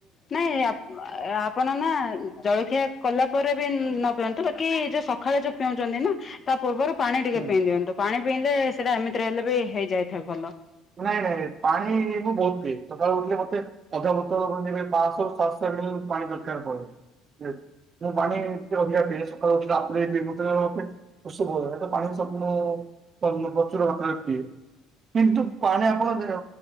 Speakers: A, on the left; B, on the right.
A: ନାଇଁ ଆ-ଆପଣ ନା ଜଳଖିଆ କଲା ପରେ ବି ନ ପିଅନ୍ତୁ ବାକି ଯୋଉ ସକାଳେ ଯୋଉ ପିଉଛନ୍ତି ନା ତା ପୂର୍ବରୁ ପାଣି ଟିକେ
B: ହୁଁ।
A: ପିଇ ଦିଅନ୍ତୁ ପାଣି ପିଇଲେ ସେଇଟା ଏମିତି ରହିଲେ ବି ହେଇଯାଇଥାଏ ଭଲ।
B: ନାଇଁ ନାଇଁ ପାଣି ମୁଁ ବହୁତ ପିଏ ସକାଳୁ ଉଠିଲେ ମତେ ଅଧା ବୋତଲ ନ ହେଲେ ବି ପାଂଶହ ସାତଶହ <unintelligible> ପାଣି ଦରକାର ପଡେ ୟେସ। ନା ପାଣି ଟିକେ ଅଧିକା ପିଏ ସକାଳୁ ଉଠିଲା ମାତ୍ରେ ଦିନକୁ ତ ମତେ ଶୋଷ ବହୁତ୍ ଏଟା ପାଣି ସବୁଦିନ ପନ ପ୍ରଚୁର ମାତ୍ରା ରେ ପିଏ କିନ୍ତୁ ପାଣି ଆପଣ ଯେ